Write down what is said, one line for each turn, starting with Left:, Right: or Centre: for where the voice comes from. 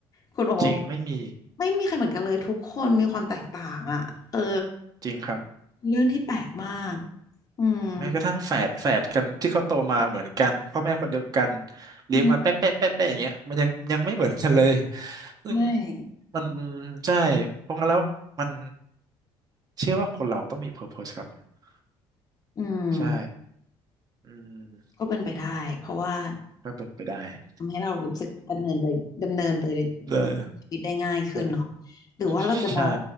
Left: คุณโอ๊ค
Right: จริงไม่มี
Left: ไม่มีใครเหมือนกันเลยทุกคนมีความแตกต่างอ่ะเออ
Right: จริงครับ
Left: เรื่องที่แปลกมากอืม
Right: แม้กระทั่งแฝดแฝดกันที่เขาโตมาเหมือนกันพ่อแม่คนเดียวกันเลี้ยงมาเป๊ะเป๊ะเป๊ะเป๊ะอย่างเงี้ยมันยังยังไม่เหมือนกันเลย
Left: อืม
Right: ซึ่ง
Left: ใช่
Right: มันใช่เพราะงั้นแล้วมันเชื่อว่าคนเราต้องมี purpose ครับผม
Left: อืม
Right: ใช่อืม
Left: ก็เป็นไปได้เพราะว่า
Right: ก็เป็นไปได้ <laughs>
Left: ทำให้เรารู้สึกดำเนินไปดำเนินไป
Right: เลย
Left: ชีวิตได้ง่ายขึ้นเนาะ
Right: ผม
Left: หรือว่าเราจะมอง
Right: ใช่